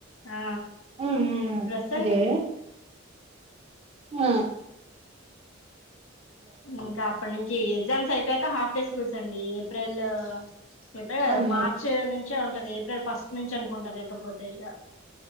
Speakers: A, on the left; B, on the right.
A: ఆ
B: ఉ ఉమ్మ్
A: ప్రస్తుతానికి
B: అదే. ఉహుమ్.
A: ఇంకా. అప్పడ్ నుంచి ఎగ్జామ్స్ అయిపోయాక, హాఫ్ డే స్కూల్స్ అండి ఏప్రిల్. <unintelligible>
B: అవును
A: మార్చ్
B: అవును
A: నుంచే ఉంటది, ఏప్రిల్ ఫస్ట్ నుంచ్. ర్చ్ అనుకుంట లేకపోతే ఇగ.